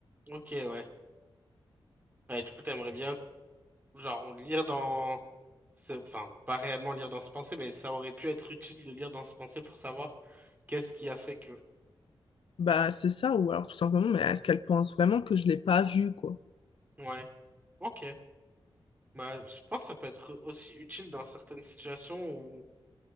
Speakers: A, on the right; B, on the left.
A: ok, ouais. Ouais, du coup, t'aimerais bien, genre, lire dans... ce- Enfin, pas réellement lire dans ce pensée, mais ça aurait pu être utile de lire dans ce pensée pour savoir qu'est-ce qui a fait que...
B: Bah, c'est ça, ou alors tout simplement, mais est-ce qu'elle pense vraiment que je l'ai pas vue, quoi?
A: Ouais, ok. Bah, je pense que ça peut être aussi utile dans certaines situations